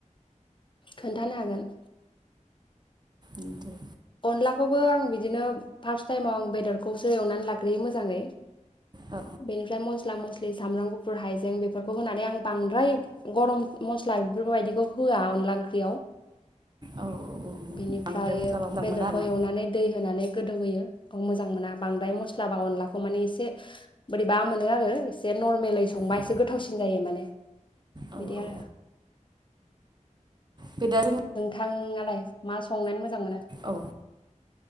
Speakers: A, on the left; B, on the right.
A: खोन्थानो हागोन।
B: ओम दे
A: अनलाखौबो आं बिदिनो फार्स्ट टाइमाव आं बेदरखौसो एवनानै लाग्रोयो मोजाङै।
B: औ
A: बेनिफ्राय मस्ला मस स्लि सामब्राम गुफुर, हाइजें बेफोरखौ होनानै। आं बांद्राय गरम मस्ला बेफोरबायदिखौ होआ अनला ओंख्रियाव।
B: औ औ
A: बेनिफ्रायो
B: बांद्राय मस्ला बांबां
A: बेदरखौ
B: मोना आरोना
A: एवनानै दै होनानै गोदौ होयो। माजां मोना बांद्राय माब्ला बा अनलाखौ माने एसे बोरैबा मोनो आरो एसे नर्मेलै संबा
B: अ
A: एसे गोथावसिन जायो माने।
B: औ
A: बिदि
B: औ
A: आरो
B: बे दारों
A: थांलाय मा संनानै मोजां मोनो?
B: औ